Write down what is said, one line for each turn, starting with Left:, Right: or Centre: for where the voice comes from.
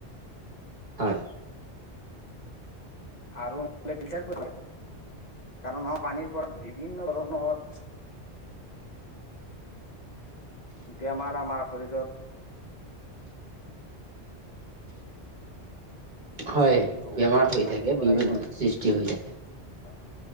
Right: হয়।
Left: আৰু নহ'লে ফিল্টাৰ কৰি দিয়া কাৰন, আমাৰ পানীৰ পৰা বিভিন্ন ধৰণৰ বেমাৰ আমাৰ শৰীৰত
Right: হয়,
Left: সৃষ্টি হ'ব
Right: বেমাৰ
Left: পাৰে
Right: হৈ
Left: পানীৰ
Right: থাকে
Left: পৰাই
Right: বিভিন্নধৰণৰ
Left: হয় সেইটো
Right: সৃষ্টি হৈ থাকে।
Left: হয়,